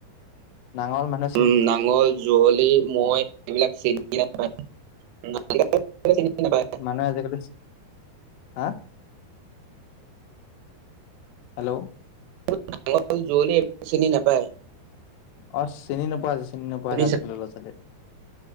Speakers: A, on the left; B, on the right.
A: নাঙল মানে
B: উম নাঙল, যুঁৱলি, মৈ এইবিলাক চিনি নাপায়। <inaudible> চিনি নাপায়।
A: মানুহে আজিকালি, হা'? হেল্ল'!
B: <unintelligible> নাঙল, যুঁৱলি সেইবোৰ চিনি নাপায়।
A: অ' চিনি নোপোৱা <unintelligible> চিনি নোপোৱা
B: শুনিছা
A: <unintelligible> আজিকালি ল' ছালীয়ে।